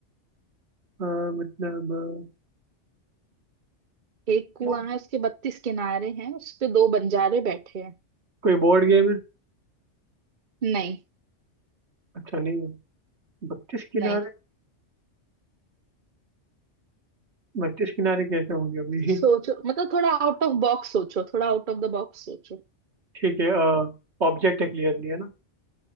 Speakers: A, on the right (about 65°); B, on the right (about 50°).
A: हाँ, मतलब
B: एक कुआं
A: अ,
B: है उसके बत्तीस किनारे हैं उस पे दो बंजारे बैठे हैं
A: कोई बोर्ड गेम है
B: नहीं
A: अच्छा नहीं है बत्तीस किनारे
B: नहीं
A: बत्तीस किनारे कैसे होंगे अभी
B: सोचो
A: <laughs>
B: मतलब थोड़ा आउट ऑफ बॉक्स सोचो थोड़ा आउट ऑफ द बॉक्स सोचो
A: ठीक है ऑब्जेक्ट है क्लियरली है ना